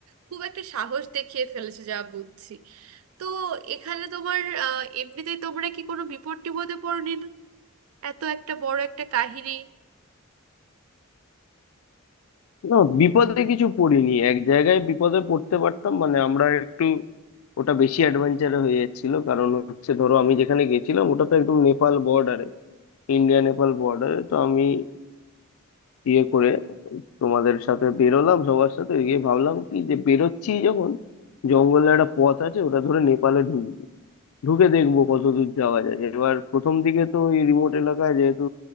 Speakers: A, on the right; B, on the left.
A: খুব একটা সাহস দেখিয়ে ফেলেছো যা বুঝছি তো এখানে তোমার আহ এমনিতেই তোমরা কি কোনো বিপদ টিপদে পড়নি না? এত একটা বড় একটা কাহিনী
B: না বিপদে কিছু পড়িনি এক জায়গায় বিপদে পড়তে পারতাম মানে আমরা একটু ওটা বেশি অ্যাডভেঞ্চার হয়ে যাচ্ছিল কারণ হচ্ছে ধরো আমি যেখানে গেছিলাম ওটা তো একদম নেপাল বর্ডারে ইন্ডিয়া নেপাল বর্ডারে তো আমি ইয়ে করে তোমাদের সাথে বেরোলাম সবার সাথে গিয়ে ভাবলাম কি যে বেরোচ্ছি যখন জঙ্গলে একটা পথ আছে ওটা ধরে নেপালে ঢুকবো ঢুকে দেখবো কত দূর যাওয়া যায় এবার প্রথম দিকে তো ওই রিমোট এলাকায় যেহেতু